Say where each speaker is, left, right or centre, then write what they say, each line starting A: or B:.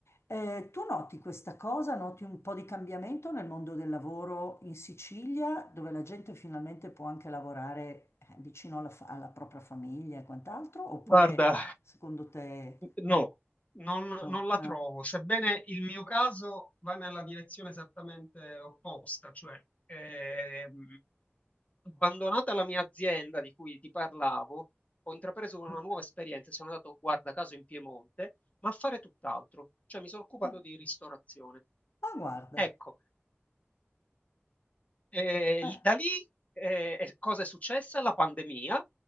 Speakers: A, on the left (about 90°); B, on the left (about 35°).
A: Eh, tu noti questa cosa, noti un po' di cambiamento nel mondo del lavoro in Sicilia, dove la gente finalmente può anche lavorare eh, vicino alla, fa- alla propria famiglia e quant'altro, oppure
B: Guarda,
A: secondo te
B: No, non,
A: no?
B: non la
A: no?
B: trovo, sebbene il mio caso va nella direzione esattamente opposta, cioè ehm, abbandonata la mia azienda di cui ti parlavo, ho intrapreso una
A: <laughs>
B: nuova esperienza, e sono andato, guarda caso, in Piemonte, ma a fare tutt'altro, cioè mi sono occupato
A: Eh,
B: di ristorazione.
A: ah, guarda,
B: Ecco, eh,
A: eh,
B: da lì eh, cosa è successa? La pandemia